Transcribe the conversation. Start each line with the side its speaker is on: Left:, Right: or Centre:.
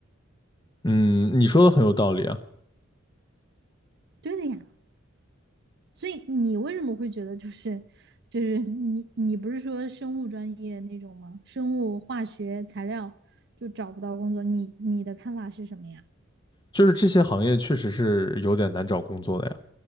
Left: 嗯，你说的很有道理啊，
Right: 对的呀。所以你为什么会觉得就是就是你你不是说生物专业那种吗？生物化学材料就找不到工作，你你的看法是什么呀？
Left: 就是这些行业确实是有点难找工作的呀，